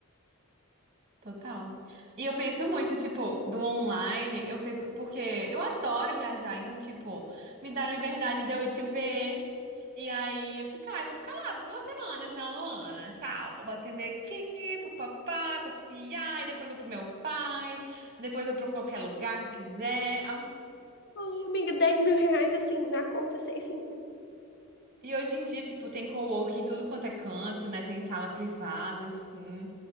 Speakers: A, on the right; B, on the left.
A: Total. E eu penso muito, tipo, do online, eu fico, porque eu adoro viajar, então, tipo, me dá liberdade de eu ir te ver. E aí eu ficar, eu vou ficar lá duas semanas na Luana, tal. Vou atender aqui, papapá, passear, e depois vou pro meu pai, depois vou pra qualquer lugar que eu quiser.
B: Ai, amiga, dez mil reais, assim, na conta, sem, assim.
A: E hoje em dia, tipo, tem coworking em tudo quanto é canto, né? Tem sala privada, assim.